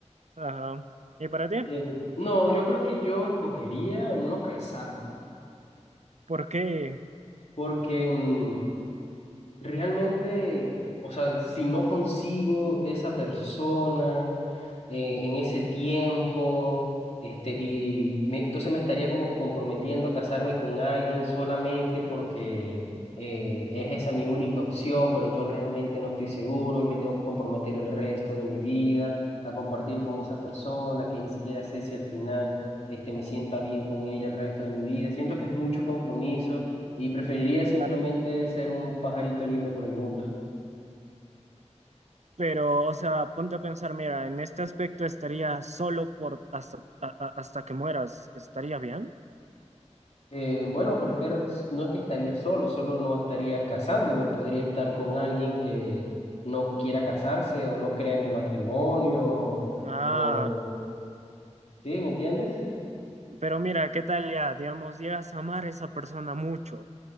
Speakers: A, on the right; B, on the left.
A: Ajá. ¿Y para ti?
B: Eh, no, yo creo que yo escogería no casarme,
A: ¿Por qué?
B: porque mm, realmente, o sea, si no consigo esa persona, eh, en ese tiempo, este, y me- entonces me estaría como que comprometiendo a casarme con alguien solamente porque eh, es esa mi única opción, pero yo realmente no estoy seguro y me tengo que comprometer el resto de mi vida a compartir con esa persona que ni siquiera sé si al final este, me sienta bien con ella el resto de mi vida. Siento que es mucho compromiso y preferiría simplemente
A: Claro.
B: ser un pajarito libre por el mundo.
A: Pero, o sea, ponte a pensar, mira, en este aspecto estaría solo por hasta, a- a- hasta que mueras, ¿estaría bien?
B: Eh, bueno, pero es que r- no es que estaría solo, solo no estaría casándome, podría estar con alguien que no quiera casarse o no crea en el matrimonio
A: Ah,
B: o... ¿Sí? ¿Me entiendes?
A: pero mira, ¿qué tal ya? Digamos, llegas a amar a esa persona mucho